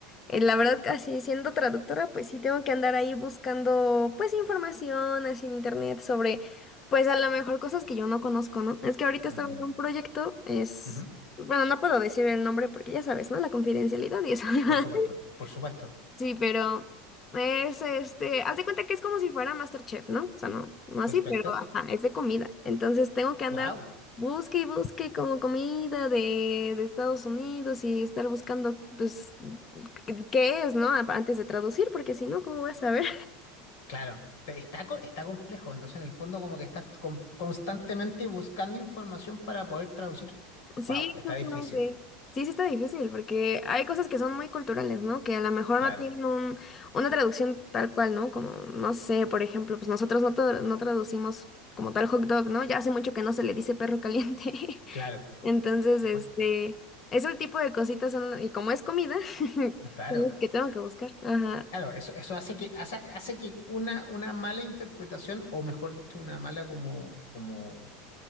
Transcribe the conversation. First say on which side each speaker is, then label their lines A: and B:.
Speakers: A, on the left; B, on the left.
A: eh, la verdad, así siendo traductora, pues sí tengo que andar ahí buscando, pues, información así en internet sobre, pues, a lo mejor cosas que yo no conozco, ¿no? Es que ahorita
B: ujú,
A: estaba en un proyecto, es.
B: ujú,
A: Bueno, no puedo decir el nombre porque ya sabes, ¿no? La confidencialidad y eso. <laughs>
B: Por supuesto, por supuesto.
A: Sí, pero es este, haz de cuenta que es como si fuera MasterChef, ¿no? O sea, no, no así,
B: Perfecto.
A: pero ajá, es de comida. Entonces tengo que andar
B: Wow,
A: busque y busque como comida de, de Estados Unidos y estar buscando, pues, qué qué es, ¿no? Antes de traducir, porque si no, ¿cómo voy a saber?
B: claro. Te- Está, co- está complejo, entonces en el fondo como que estás con- constantemente buscando información para poder traducir.
A: Sí,
B: Wow, está
A: justamente.
B: difícil.
A: Sí, sí está difícil, porque hay cosas que son muy culturales, ¿no? Que a lo mejor
B: Claro,
A: no tienen un, una traducción tal cual, ¿no? Como, no sé, por ejemplo, pues nosotros no, tra- no traducimos como tal hot dog, ¿no? Ya hace mucho que no se le dice perro caliente.
B: claro.
A: <laughs> Entonces,
B: Por
A: este,
B: supuesto.
A: ese tipo de cositas son, y como es comida, <laughs> son
B: Claro,
A: las que tengo que buscar. Ajá.
B: claro, eso, eso hace que, hace, hace que una, una mala interpretación, o mejor dicho, una mala como, como